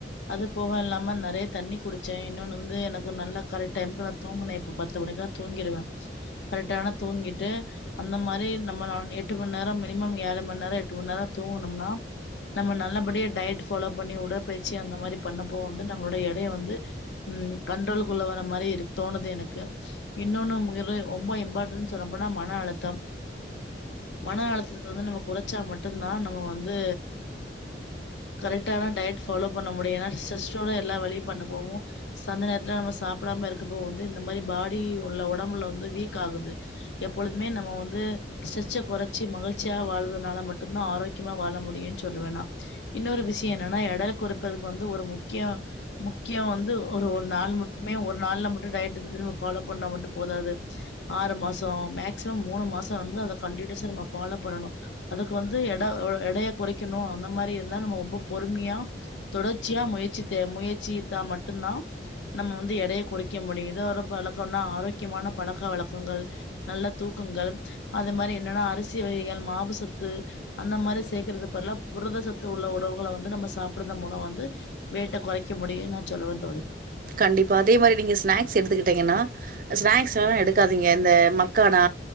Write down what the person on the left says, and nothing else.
அது போக இல்லாம நெறைய தண்ணி குடிச்சே இன்னொன்னு வந்து எனக்கு நல்ல கரெக்ட் டைம் தூங்கினே பத்து மணிக்குலா தூங்கிடுவே கரெக்டான தூங்கிட்டு அந்த மாரி <unintelligible> எட்டு மணி நேரம் மினிமம் ஏழு மணி நேரம் எட்டு மணி நேரம் தூங்கணும்னா நம்ம நல்லபடியே டயட் ஃபாலோ பண்ணி உடற்பயிற்சி அந்த மாரி பண்ணப்போ வந்து நம்முடைய எடைய வந்து உம் கண்ட்ரோல்குள்ள வர மாரி தோணுது எனக்கு இன்னொன்னு இரு ரொம்ப இம்பார்டன்னு சொன்னப்போனா மன அழுத்தம் மன அழுத்தத்தை வந்து நம்ம குறைச்சா மட்டும்தா நம்ம வந்து கரெக்டான டயட் ஃபாலோ பண்ண முடியிலான ஸ்ட்ரெஸ்ஸோட எல்லா வேலயு பண்ண போவு அந்த நேரத்துல நம்ம சாப்பிடாம இருக்கப்போ வந்து இந்த மாரி பாடி உள்ள உடம்புல வந்து வீக் ஆகுது எப்பொலுதுமே நம்ம வந்து ஸ்ட்ரெச்ச குறைச்சி மகிழ்ச்சியா வாழ்வததுனால மட்டுதான் ஆரோக்கியமா வாழ முடியும் சொல்லுவே நா இன்னொரு விஷய என்னன்னா எடை குறைப்பதுக்கு வந்து ஒரு முக்கிய-முக்கியம் வந்து ஒரு-ஒரு நாள் மட்டுமே ஒரு நாள்ல மட்டும் டயட் இருந்து நம்ம ஃபாலோ பண்ணா மட்டும் போதாது ஆறு மாசம் மேக்சிமம் மூணு மாசம் <unintelligible> கன்டினுஸ நம்ப பலோவ் பண்ணணு அதுக்கு வந்து எட எடையை குறைக்கணு அந்த மாரி இருந்தா நம்ம ரொம்ப பொறுமியா தொடர்ச்சியா முயற்சி தே முயற்சிட்டா மட்டுந்தா நம்ம வந்து எடைய குறைக்க முடியும் இதோட பழக்கன்னா ஆரோக்கியமான பழக்க வழக்கங்கள் நல்ல தூக்கங்கள் அது மாரி என்னன்னா அரிசி வகைகள் மாவு சத்து அந்த மாரி சேர்க்கறது பதிலா புரதசத்து உள்ள உணவுகள வந்து நம்ம சாப்பிட மூலம் வந்து வைட்ட குறைக்க முடியும்ன்னு நான் சொல்லுவேன் தோழி